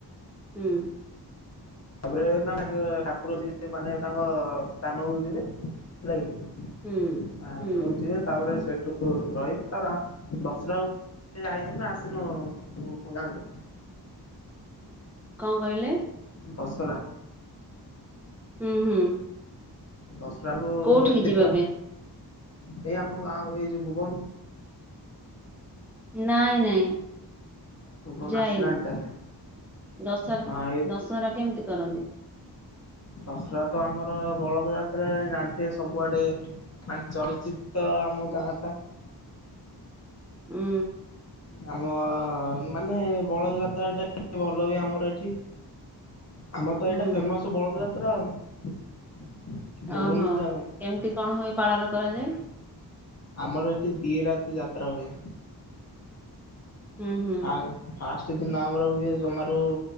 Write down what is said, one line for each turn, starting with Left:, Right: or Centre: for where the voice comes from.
Centre: ହୁଁ।
Left: ତାପରେ ମାନେ ଠାକୁର ଯିବେ ମାନେ ତାଙ୍କ ସ୍ଥାନକୁ ଯିବେ। ହେଲା କିି
Centre: ହୁଁ
Left: ଆ
Centre: ହୁଁ
Left: ନଉ ଜିବେ। ତାପରେ ସେଠୁ ରହିବେ ତାର ବସିଲା ବେଳୁ ସେ ଆଇଚୁନା ନା ଆସିନୁ ଗାଁକୁ?
Centre: କଣ କହିଲେ?
Left: ଦସରା।
Centre: ହୁଁ ହୁଁ।
Left: ଦଶରାକୁୁ
Centre: କୋଉଠିକି
Left: ଏଠି
Centre: ଯିବା
Left: ତ
Centre: ପାଇଁ?
Left: ଏଇ ଆମ ଗାଁ ଏଇ ଯଉ ଭୁବନ୍।
Centre: ନାଇଁ ନାଇଁ।
Left: ଭୁବନ
Centre: ଯାଇନୁ
Left: ଆସିନାହାନ୍ତି ତାହେଲେ।
Centre: ଦଶରା
Left: ହଁ
Centre: ଦଶହରା କେମିତି କରନ୍ତି?
Left: ଦଶ୍ରା ତ ଆମର ବଳଦ ଯାତ୍ରା ଜାଣିଥିବେ ସବୁଆଡ଼େ ମାନେ ଚଳଚିତ୍ତ ଆମ ଗାଁ ଟା।
Centre: ହୁଁ।
Left: ଆମ ମାନେ ବଳଦ ଯାତ୍ରାଟା ଟିକେ ଭଲ ହୁଏ ଆମର ଏଠି। ଆମର ତ
Centre: ହୁଁ
Left: ଏଇଟା ଫେମସ୍ ବଳଦ ଯାତ୍ରା ଆଉ। ଭୁବନରେ
Centre: ଓହୋ
Left: ଆଉ।
Centre: କେମିତି କଣ ହୁଏ ପାଳନ କରାଯାଏ?
Left: ଆମର ଏଠି ଦି ରାତି ଯାତ୍ରା ହୁଏ।
Centre: ହୁଁ ହୁଁ
Left: ଫା ଫାଷ୍ଟେ ଦିନ ଆମର ହୁଏ ଜମାରୁ